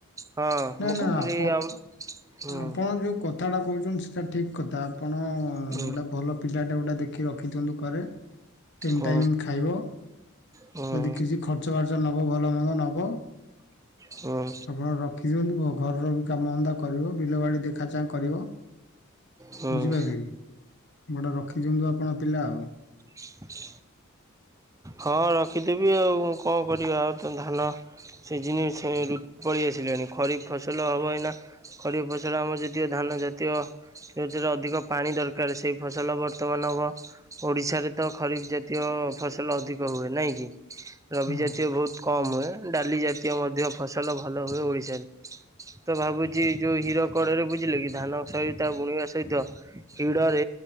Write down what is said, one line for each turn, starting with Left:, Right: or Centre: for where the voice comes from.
Right: ହଁ
Left: ନା-ନା
Right: ମୁଁ କହୁଥିଲି
Left: ଆପଣ-ଆପଣ
Right: ଆମ୍ ହୁଁ
Left: ଯୋଉ କଥାଟା କହୁଚନ୍ତି ସେଇଟା ଠିକ୍ କଥା, ଆପଣ
Right: ହୁଁ
Left: ଗୋଟେ ଭଲ ପିଲାଟା ଗୋଟା ଦେଖି ରଖିଦିଅନ୍ତୁ ଘରେ। ତିନି
Right: ହୁଁ
Left: ଟାଇମ୍ ଖାଇବ,
Right: ହୁଁ
Left: ଯଦି କିଛି ଖର୍ଚ୍ଚ ବାର୍ଚ ନବ ଭଲ ମନ୍ଦ ନବ।
Right: ହୁଁ।
Left: ଆପଣ ରଖି ଦିଅନ୍ତୁ, ଘରର ବି କାମଧନ୍ଦା କରିବ ବିଲ ବାଡ଼ି ଦେଖା ଚାନ୍ହା କରିବ।
Right: ହୁଁ
Left: ବୁଝିପାରିଲେ କି ଗୋଟେ ରଖିଦିଅନ୍ତୁ ଆପଣ ପିଲା ଆଉ।
Right: ହ ହଁ ରଖିଦେବି ଆଉ କଣ କରିବା ଆଉ ତ ଧାନ ସିଜିନି <unintelligible> ପଳେଇ ଆସିଲାଣି ଖରିଫ୍ ଫସଲ ହବ ଏଇନା। ଖରିଫ୍ ଫସଲ ଆମର ଯେତିକ ଧାନ ଜାତୀୟ ଯେଉଁଥିରେ ଅଧିକ ପାଣି ଦରକାର୍ ସେଇ ଫସଲ ବର୍ତ୍ତମାନ୍ ହବ। ଓଡ଼ିଶାରେ ତ ଖରିଫ୍ ଜାତୀୟ ଫସଲ ଅଧିକ ହୁଏ ନାଇଁକି ରବି
Left: ହଁ
Right: ଜାତୀୟ ବହୁତ୍ କମ୍ ହୁଏ, ଡାଲି ଜାତୀୟ ମଧ୍ୟ ଫସଲ ଭଲ ହୁଏ ଓଡ଼ିଶାରେ। ତ ଭାବୁଚି ଯୋଉ ହୀର କଡରେ ବୁଝିଲେ କି ଧାନ <unintelligible> ବୁଣିବା ସହିତ ହିଡ଼ରେ